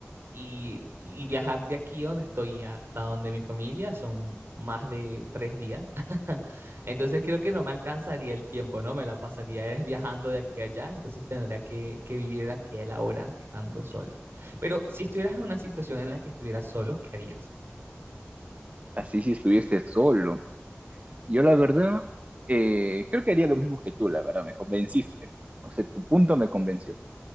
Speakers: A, on the right; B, on the right.
A: Y, y viajar de aquí donde estoy hasta donde mi familia son más de tres días. <laughs> Entonces creo que no me alcanzaría el tiempo, ¿no? Me la pasaría es viajando de aquí a allá, entonces tendría que, que vivir el aquí y el ahora estando solo. Pero si estuvieras en una situación en la que estuvieras solo, ¿qué harías?
B: Así si estuviese solo. Yo la verdad, eh, creo que haría lo mismo que tú, la verdad, me convenciste. O sea, tu punto me convenció.